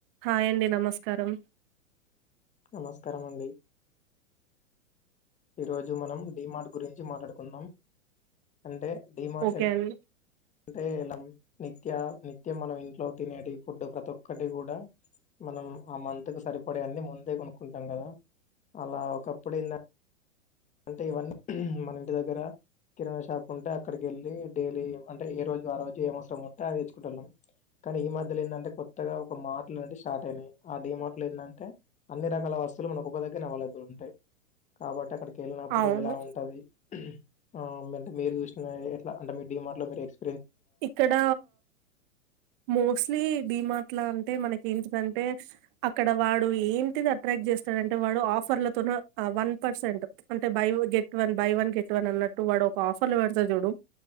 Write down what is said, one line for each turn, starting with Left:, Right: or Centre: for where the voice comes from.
Right: హాయండి నమస్కారం
Left: నమస్కారామండి ఈ రోజు మనం డీ మార్ట్ గురించి మాట్లాడుకుందం అంటే డిమార్ట్
Right: ఒకే అండి
Left: అంటే ఎలం నిత్యా నిత్యం మన ఇంట్లో తినేటి ఫుడ్ ప్రతి ఒక్కటి గుడా మనం ఆ మంతుకు సరిపడే అన్ని ముందే కొనుకుంటం గదా అలా ఒకప్పుడెంద్ అంటే ఇవన్నీ మన ఇంటి దగ్గర కిరాణ షాప్ ఉంటే అక్కడికెళ్ళి డైలీ అంటే ఏ రోజు ఆ రోజు ఏం అవసరం ఉంటే అదెచ్చుకుంటోల్లం కానీ ఈ మధ్యలో ఏందంటే కొత్తగా ఒక మార్టులు అంటే షార్ట్ అయినాయి ఆ డీ మార్ట్ లో ఏళ్లంటే అన్ని రకాల వస్తువు లు మనక్ ఒక్క దగ్గరే అవైలేబుల్ ఉంటయి కాబట్టి అక్కడికి ఎల్నాపుడు
Right: అవును.
Left: ఎలా ఉంటది ఆ మంట్ మీరు చూసిన ఎట్ల అంటే మీ డీ మార్ట్ లో మీ ఎక్స్
Right: ఇక్కడ మోస్టలీ డీ మార్ట్ లా అంటే మనక్ ఏంటిదంటే అక్కడ వాడు ఏంటిది అట్రాక్ట్ జెస్తాడంటే వాడు ఆఫర్లతోన వన్ పర్సెంట్ అంటే బైవ్ get one buy one get one అన్నట్టు వాడు ఒక ఆఫర్ లో వెడ్తడు జూడు